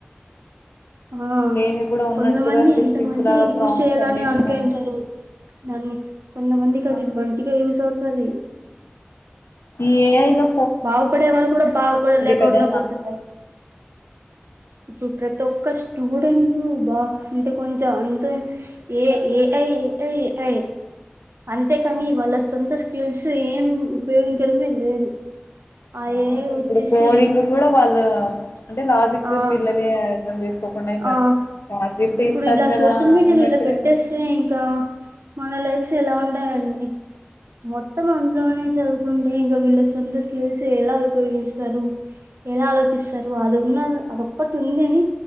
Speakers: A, on the right; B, on the left.
A: ఆ
B: లేనివి కూడా ఉన్నట్టుగా
A: కొంతమంది
B: సృష్టించేలాగా
A: ఎంత మంచిగా యూజ్
B: ప్రామ్స్
A: చేయాలని
B: అన్ని ఇస్తాయి
A: అనుకుంటారు దాన్ని కొంతమందికి అది
B: ఆ
A: మంచిగా యూస్ అవుతది
B: ఏ అయిలో
A: బాగుపడే వాళ్ళు కూడా బాగుపడలేకుండా
B: కదా
A: పోతున్నారు ఇప్పుడు ప్రతి ఒక్క స్టూడెంట్ బా అంటే కొంచెం అంత ఏ ఏఐ ఏఐఐ అంతేకాని వాళ్ళ సొంత స్కిల్స్ ఏం ఉపయోగిం కడమే లేదు ఆ
B: అవును
A: ఏఐ వచ్చేసి
B: ఇప్పుడు కోడింగ్ కూడా వాళ్ళు అంటే లాజిక్
A: ఆ
B: పిల్లలే అర్థం చేసుకోకుండా ఇంకా
A: ఆ
B: చాట్ జి. పి. టి
A: ఇప్పుడు
B: ఇస్తది
A: ఇలా
B: కదా
A: సోషల్ మీడియాలో
B: అన్నట్టుగా
A: ఇలా పెట్టేస్తే ఇంకా మన లైఫ్స్ ఎలా ఉంటాయండి మొత్తం అందులోనే చదువుకుంటే ఇంకా వీళ్ళ సొంత స్లీవ్స్ ఎలా ఉపయోగిస్తారు ఎలా ఆలోచిస్తారు అ ఉన్న అదొక్కటి ఉంది అని